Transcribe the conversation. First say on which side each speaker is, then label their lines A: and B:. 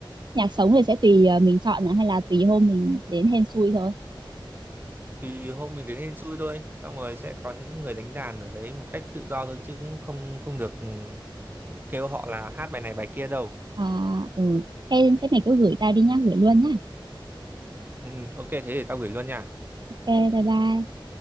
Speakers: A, on the right (about 55°); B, on the right (about 25°).
A: nhạc sống thì sẽ tùy ờ, mình chọn này hay là tùy hôm mình đến hên xui thôi.
B: thì hôm mình đến hên xui thôi xong rồi sẽ có những người đánh đàn ở đấy một cách tự do thôi chứ cũng không không được ừ, kêu họ là hát bài này bài kia đâu
A: À, ừ. Thế, thế mày cứ gửi tao đi nhá, gửi luôn nhá.
B: ừ, ừ, ok thế thì tao gửi luôn nha
A: Ok, bye bye.